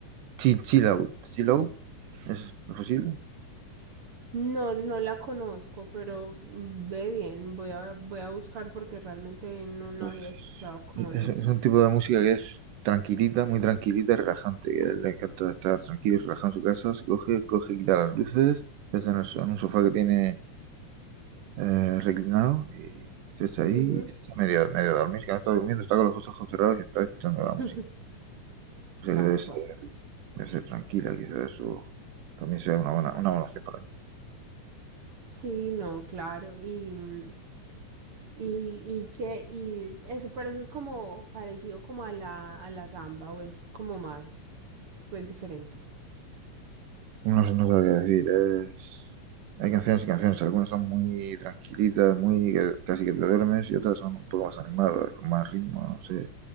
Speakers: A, on the right; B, on the right.
A: Chi- Chill out. Chill out. ¿Es posible?
B: No, no la conozco, pero ve bien, voy a, voy a buscar porque realmente no, no
A: Pues
B: había escuchado como
A: es,
B: de eso.
A: es un tipo de música que es tranquilita, muy tranquilita y relajante. que Le encanta estar tranquilo y relajado en su casa. Se coge, coge, quita las luces, se está en, el so- en un sofá que tiene eh, reclinado y se echa ahí
B: Ujú.
A: y se echa medio, medio a dormir, que no está durmiendo, está con los ojos cerrados y está escuchando la música.
B: <laughs>
A: O sea
B: Ay,
A: que debe ser,
B: guau.
A: debe ser tranquila, quizás eso también sea una buena, una buena opción para mí.
B: Sí, no, claro, y, mm, y, y que, y eso, pero eso es como parecido como a la, a la samba, o es como más, pues diferente.
A: No sé, no sabría decir. Es... Hay canciones y canciones. Algunas son muy tranquilitas, muy que casi que te duermes, y otras son un poco más animadas, con más ritmo, no sé.